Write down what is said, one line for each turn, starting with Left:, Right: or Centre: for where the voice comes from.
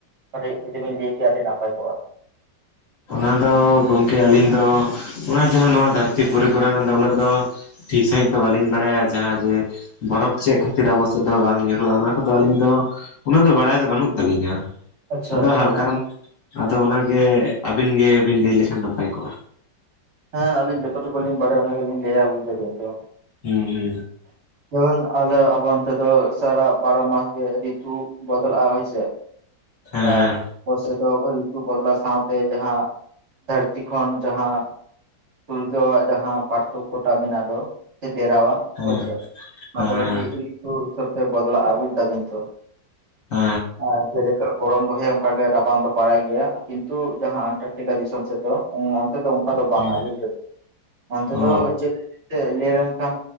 Right: ᱠᱟᱹᱴᱤᱡ ᱡᱩᱫᱤ ᱵᱤᱱ ᱞᱟᱹᱭ ᱠᱮᱭᱟ ᱟᱹᱰᱤ ᱱᱟᱯᱟᱭ ᱠᱚᱜᱼᱟ?
Left: ᱚᱱᱟ ᱫᱚ ᱜᱚᱢᱠᱮ ᱟᱹᱞᱤᱧ ᱫᱚ ᱚᱱᱟ ᱡᱟᱦᱟᱸ ᱱᱚᱣᱟ ᱫᱷᱟᱹᱨᱛᱤ-ᱯᱩᱨᱤ ᱠᱚᱨᱮ ᱱᱟᱜ ᱫᱚ ᱩᱱᱟᱹᱜ ᱫᱚ ᱴᱷᱤᱠ ᱥᱟᱺᱦᱤᱡ ᱛᱚ ᱵᱟᱹᱞᱤᱧ ᱵᱟᱲᱟᱭᱟ ᱡᱟᱦᱟᱸ ᱡᱮ ᱵᱚᱨᱚᱯᱷ ᱪᱮᱫ ᱠᱷᱟᱹᱛᱤᱨ ᱟᱵᱚ ᱥᱮᱫ ᱫᱚ ᱵᱟᱝ ᱧᱩᱨᱦᱩᱜᱼᱟ ᱚᱱᱟ ᱠᱚᱫᱚ ᱟᱹᱞᱤᱧ ᱫᱚ ᱩᱱᱟᱹᱜ ᱫᱚ ᱵᱟᱲᱟᱭ ᱫᱚ ᱵᱟᱹᱱᱩᱜ ᱛᱟᱹᱞᱤᱧᱟ᱾
Right: ᱟᱪᱪᱷᱟ
Left: ᱟᱫᱚ
Right: ᱟᱪᱪᱷᱟ
Left: ᱦᱟᱞᱠᱟ ᱨᱚᱢ ᱟᱫᱚ ᱚᱱᱟᱜᱮ ᱟᱹᱵᱤᱱ ᱜᱮᱵᱤᱱ ᱞᱟᱹᱭ ᱞᱮᱠᱷᱟᱱ ᱱᱟᱯᱟᱭ ᱠᱚᱜᱼᱟ᱾
Right: ᱦᱮᱸ ᱟᱹᱞᱤᱧ ᱡᱚᱛᱚ ᱴᱩᱠᱩ ᱞᱤᱧ ᱵᱟᱲᱟᱭᱟ ᱚᱱᱟ ᱜᱮᱞᱤᱧ ᱞᱟᱹᱭᱟ ᱵᱩᱡ ᱫᱟᱵᱤᱱ ᱛᱚ᱾
Left: ᱦᱩᱸ ᱦᱩᱸ᱾
Right: ᱡᱮᱢᱚᱱ ᱟᱞᱮ ᱟᱵᱚ ᱚᱱᱛᱮ ᱫᱚ ᱥᱟᱨᱟ ᱵᱟᱨᱚ ᱢᱟᱥ ᱜᱮ ᱨᱤᱛᱩ ᱵᱚᱫᱚᱞᱟᱜ ᱦᱩᱭ ᱥᱮ,
Left: ᱦᱮᱸ
Right: ᱟ <inaudible>
Left: ᱦᱮᱸ
Right: ᱟᱵᱳ ᱥᱮᱫ ᱫᱚ ᱨᱤᱛᱩ ᱵᱚᱫᱞᱟ ᱥᱟᱶᱛᱮ ᱡᱟᱦᱟᱸ ᱫᱷᱟᱹᱨᱛᱤ ᱠᱷᱚᱱ ᱡᱟᱦᱟᱸ ᱥᱩᱨᱡᱚᱜ ᱟᱜ ᱡᱟᱦᱟᱸ ᱯᱟᱨᱛᱷᱚᱠᱚ ᱴᱟᱜ ᱢᱮᱱᱟᱜ ᱫᱚ ᱥᱮ ᱰᱮᱨᱟᱣᱟ
Left: ᱦᱮᱸ
Right: ᱦᱳᱭ ᱪᱮ, ᱚᱱᱟ
Left: ᱦᱮᱸ
Right: ᱫᱚ ᱠᱟᱹᱴᱤᱡ
Left: ᱦᱮᱸ
Right: ᱨᱤᱛᱩ ᱦᱤᱥᱟᱹᱵᱽ ᱛᱮ ᱵᱚᱫᱞᱟᱜ-ᱟ ᱵᱩᱪᱫᱟᱵᱤᱱ ᱛᱚ᱾
Left: ᱦᱮ᱾
Right: ᱟᱨ ᱡᱮᱞᱮᱠᱟ ᱜᱚᱲᱚᱢ ᱫᱚᱦᱚᱭᱟ ᱚᱱᱠᱟ ᱜᱮ ᱨᱟᱵᱟᱝ ᱫᱚ ᱯᱟᱲᱟᱭ ᱜᱮᱭᱟ, ᱠᱤᱱᱛᱩ ᱡᱟᱦᱟᱸ ᱟᱱᱴᱟᱨᱴᱤᱠᱟ ᱫᱤᱥᱚᱢ ᱥᱮᱫ ᱫᱚ ᱚᱸ ᱚᱛᱮᱫᱚ ᱚᱠᱟ ᱫᱚ
Left: ᱦᱮᱸ
Right: ᱵᱟᱝᱟ, ᱵᱩᱪᱫᱟᱵᱤᱱ ᱚᱱᱛᱮ
Left: ᱚ
Right: ᱫᱚ ᱪᱮᱫ ᱞᱟᱹᱭ ᱞᱮᱱᱠᱷᱟᱱ